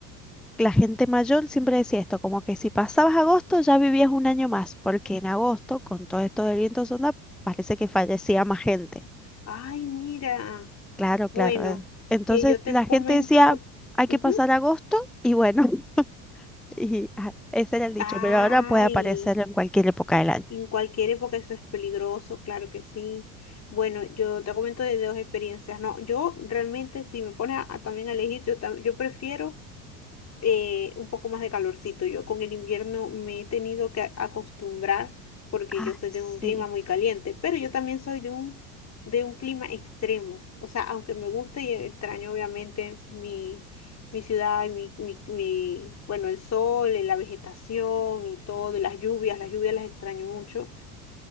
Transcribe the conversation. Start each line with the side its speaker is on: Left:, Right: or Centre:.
Centre: La gente mayor siempre decía esto, como que si pasabas agosto ya vivías un año más, porque en agosto, con todo esto del viento sonda, parece que fallecía más gente.
Left: Ay, mira.
Centre: Claro, claro.
Left: Bueno,
Centre: eh. Entonces
Left: y yo te
Centre: la
Left: comento,
Centre: gente decía, hay
Left: ujú.
Centre: que pasar agosto y bueno. Y ajá, ese era el dicho,
Left: Ay,
Centre: pero ahora puede aparecer en cualquier época del año.
Left: en cualquier época eso es peligroso, claro que sí. Bueno, yo te comento de dos experiencias. No, yo realmente si me pones a, a también a elegir, yo, tam- yo prefiero eh, un poco más de calorcito. Yo con el invierno me he tenido que a- acostumbrar porque
Centre: Ay,
Left: yo soy
Centre: sí.
Left: de un clima muy caliente, pero yo también soy de un, de un clima extremo. O sea, aunque me gusta y extraño obviamente mi, mi ciudad, y mi, mi, mi, bueno, el sol, eh, la vegetación y todo, y las lluvias, las lluvias las extraño mucho